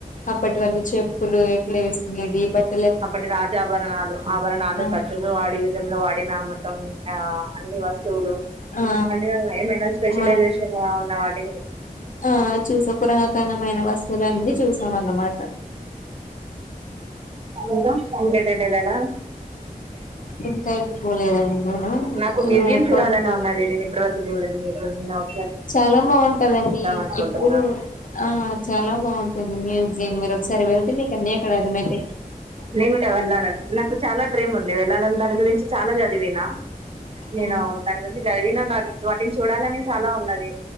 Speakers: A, on the left (about 60°); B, on the right (about 40°).
A: అప్పటి వళ్ళు చెప్ ప్పుడు ఎట్లేసుకునేది బట్
B: అప్పటి రాజాభరణాలు ఆభరణాలు
A: ఆ
B: ఖచులు వాడి యుధంలో వాడిన మొత్తం ఆ అన్ని వస్తువులు
A: ఆ
B: అన్ని ఏమైనా స్పెషలైజేషన్
A: మా
B: ఉన్న వాటికి
A: ఆ చూస పురాతనమైన వస్తువులన్నీ చూసాం అన్నమాట.
B: ఇంకా ఇంకేటైనఎల్లారా?
A: ఇంకా అయితే పోలేదండి నేను
B: నాకు మ్యూజియం
A: ఎక్కువ
B: చూడాలని ఉన్నది నేన్ ఇప్పటి వరకు జూడ్ <unintelligible> నాక్
A: చాలా బావుంటదండి
B: అనుకుంటున్నా
A: ఇప్పుడు ఆ చాలా బావుంటుంది మ్యూజియం మీరోకసారి వెళ్తే మీక అన్నీ అక్కడ అర్థమైతై
B: నేను గుడా వెళ్ళాలని నాకు చాలా డ్రీమ్ ఉంది వెళ్ళాలని దాని గురించి చాలా చదివిన నేను
A: ఉమ్,
B: దాని గురించి చ చదివిన నా బుక్సు వన్ టింగ్ చూడాలనే చాలా ఉన్నది